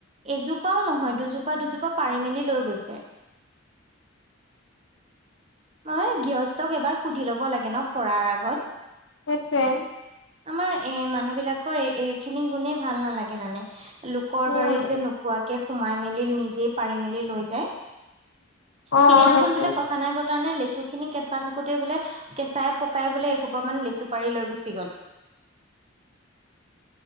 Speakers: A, on the right (about 30°); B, on the left (about 65°).
A: এজোপাও নহয় দুজোপা দুজোপা পাৰি মেলি লৈ গৈছে। অই গৃহস্থক এবাৰ সুধি ল'ব লাগে ন পৰাৰ আগত।
B: সেইটোৱে
A: আমাৰ এ মানুহ বিলাক কৰ এইখিনি গুণেই ভাল নালাগে মানে, লোকৰ
B: উম
A: বাৰীত যে নোকোৱাকে সোমাই মেলি নিজে পাৰি মেলি লৈ যাই।
B: অ
A: সিদিনাখন
B: সেইটোৱে
A: বোলে কথা নাই ব নে লেচু খিনি কেঁচা থাকোতেই বোলে কেঁচাই পকাই বোলে এখুপামান লেচু পাৰি লৈ গুচি গ'ল।